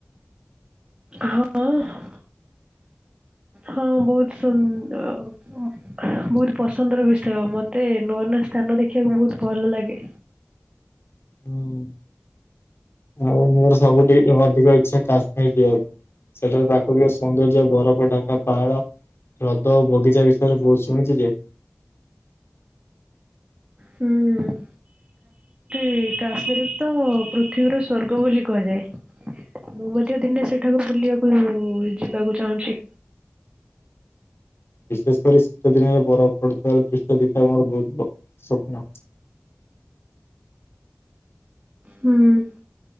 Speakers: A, on the right; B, on the left.
A: ହଁ ହଁ ବହୁତ୍ ସୁନ୍ଦର। <unintelligible> ବହୁତ୍ ପସନ୍ଦର ବିଷୟ ମତେ ନୂଆ ନୂଆ ସ୍ଥାନ ଦେଖିବାକୁ ବହୁତ୍ ଭଲ ଲାଗେ।
B: ହୁଁ ଆଉ ମୋର ସବୁଠି ଅଧିକ ଇଛା କାଶ୍ମୀର ଯିବାକୁ। ସେଠାରେ ପ୍ରାକୃତିକ ସୌନ୍ଦର୍ଯ୍ୟ ବରଫ ଢା଼କା ପାହାଡ଼। ହ୍ରଦ ଓ ବଗିଚା ବିଷୟରେ ବହୁତ୍ ଶୁଣିଛି ଯେ
A: ହୁଁ ହୁଁ। ହୁଁ କାଶ୍ମୀରି ତ ପୃଥିବୀର ସ୍ଵର୍ଗ ବୋଲି କୁହାଯାଏ। ମୁଁ ମଧ୍ୟ ଦିନେ ସେଠାକୁ ବୁଲିବାକୁ ଯିବାକୁ ଚାହୁଁଚି।
B: ବିଶେଷ କରି ଶୀତ ଦିନରେ ବରଫ ପଡି଼ଥିବାର ଦୃଶ୍ୟ ଦେଖିବାକୁ ମୋର ବହୁତ୍ ସ୍ୱପ୍ନ।
A: ହୁଁ।